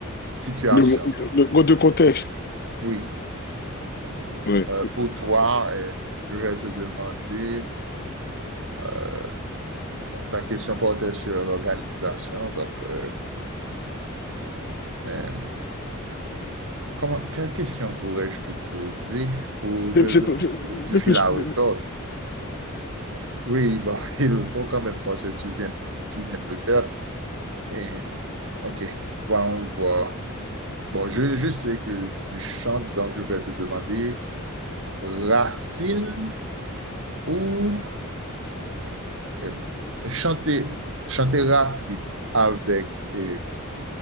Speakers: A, on the right; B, on the left.
A: situation.
B: Le, le, le- de contexte,
A: Oui,
B: ouais.
A: Euh, pour toi, euh, je vais te demander, euh, bon, ta question portait sur l'organisation. Donc, euh, euh, comment, quelle question pourrais-je te poser pour
B: C'est
A: te
B: c'est-
A: donner du
B: c'est
A: fil
B: plus...
A: à retordre?
B: <laughs>
A: Oui, bah, <laughs> il le faut quand même parce que tu viens, de- tu viens de le faire. Et, ok, bon, on voit. Bon, je, je sais que tu chantes, donc je vais te demander Racine ou euh, chanter, chanter Racine avec, euh,